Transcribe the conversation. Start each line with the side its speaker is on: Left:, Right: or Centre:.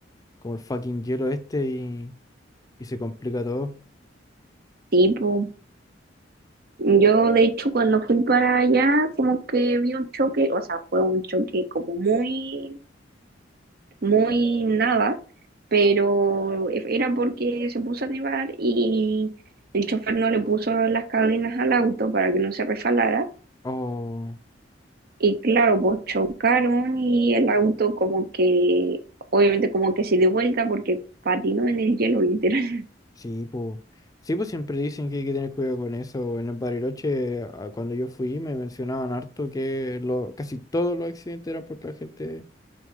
Left: como el fucking hielo este y, y se complica todo.
Right: Tipo, yo de hecho cuando fui para allá como que vi un choque, o sea, fue un choque como muy, muy nada, pero e- era porque se puso a nevar y el chofer no le puso las cadenas al auto para que no se refalara
Left: Oh,
Right: Y claro, pues chocaron y el auto como que, obviamente como que se dio vuelta porque patinó en el hielo, <laughs> literal.
Left: sí, pues. Sí, pues siempre dicen que hay que tener cuidado con eso. En el Bariloche, a- cuando yo fui, me mencionaban harto que lo, casi todos los accidentes eran porque la gente